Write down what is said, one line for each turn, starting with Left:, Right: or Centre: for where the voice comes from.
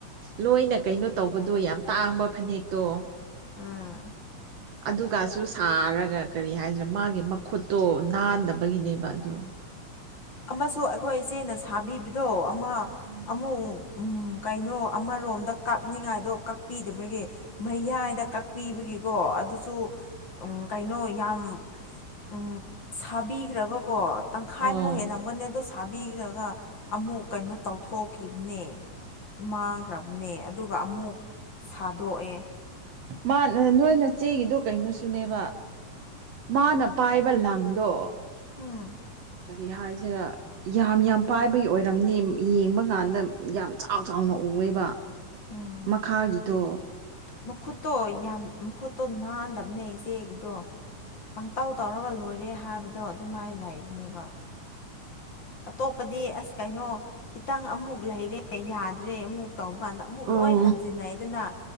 Right: ꯂꯣꯏꯅ ꯀꯩꯅꯣ ꯇꯧꯕꯗꯣ ꯌꯥꯝ ꯇꯥꯡꯕ ꯐꯅꯦꯛꯇꯣ
Left: ꯎꯝ
Right: ꯑꯗꯨꯒꯁꯨ ꯁꯥꯔꯒ ꯀꯔꯤ ꯍꯥꯏꯁꯤꯔ ꯃꯥꯒꯤ ꯃꯈꯨꯠꯇꯣ ꯅꯥꯟꯗꯕꯒꯤꯅꯦꯕ ꯑꯗꯣ
Left: ꯑꯃꯁꯨ ꯑꯩꯈꯣꯏ ꯏꯆꯦꯅ ꯁꯥꯕꯤꯕꯗꯣ ꯑꯃ
Right: ꯎꯝ
Left: ꯑꯃꯨꯛ ꯎꯝ ꯀꯩꯅꯣ ꯑꯃꯔꯣꯝꯗ ꯀꯛꯅꯤꯡꯉꯥꯏꯗꯣ ꯀꯛꯄꯤꯗꯕꯒꯤ ꯃꯌꯥꯏꯗ
Right: ꯎꯝ
Left: ꯀꯛꯄꯤꯕꯒꯤꯀꯣ ꯑꯗꯨꯁꯨ ꯎꯝ ꯀꯩꯅꯣ ꯌꯥꯝ ꯎꯝ ꯁꯥꯕꯤꯈ꯭ꯔꯕꯀꯣ ꯇꯪꯈꯥꯏꯃꯨꯛ
Right: ꯑꯣ
Left: ꯍꯦꯜꯂꯝꯒꯅꯤ ꯑꯗꯨ ꯁꯥꯕꯤꯈ꯭ꯔꯒ ꯑꯃꯨꯛ ꯀꯩꯅꯣ ꯇꯧꯊꯣꯛꯈꯤꯕꯅꯦ ꯃꯥꯡꯈ꯭ꯔꯕꯅꯦ ꯑꯗꯨꯒ ꯑꯃꯨꯛ ꯁꯥꯗꯣꯛꯑꯦ
Right: ꯃꯥ ꯅꯣꯏꯅꯆꯦꯒꯤꯗꯣ ꯀꯩꯅꯣꯁꯨꯅꯦꯕ ꯃꯥꯅ ꯄꯥꯏꯕ ꯂꯪꯗꯣ
Left: ꯎꯝ
Right: ꯀꯔꯤ ꯍꯥꯏꯁꯤꯔꯥ ꯌꯥꯝ ꯌꯥꯝ ꯄꯥꯏꯕꯒꯤ ꯑꯣꯏꯔꯝꯅꯦ ꯌꯦꯡꯕ ꯀꯥꯟꯗ ꯌꯥꯝ ꯆꯥꯎ ꯆꯥꯎꯅ ꯎꯑꯦꯕ
Left: ꯎꯝ
Right: ꯃꯈꯥꯒꯤꯗꯣ
Left: ꯃꯈꯨꯠꯇꯣ ꯌꯥꯝ ꯃꯈꯨꯠꯇꯣ ꯅꯥꯟꯗꯕꯅꯦ ꯏꯆꯦꯒꯤꯗꯣ ꯄꯪꯇꯧ ꯇꯧꯔꯒ ꯂꯣꯏꯔꯦ ꯍꯥꯏꯕꯗꯣ ꯑꯗꯨꯃꯥꯏꯅ ꯂꯩꯕꯅꯦꯕ ꯑꯇꯣꯞꯄꯗꯤ ꯑꯁ ꯀꯩꯅꯣ ꯈꯤꯇꯪ ꯑꯃꯨꯛ ꯂꯩꯔꯦ ꯌꯥꯗ꯭ꯔꯦ ꯑꯃꯨꯛ ꯇꯧꯕ ꯀꯥꯟꯗ ꯑꯃꯨꯛ
Right: ꯑꯣ
Left: ꯂꯣꯏ ꯍꯟꯖꯤꯟꯅꯩꯗꯅ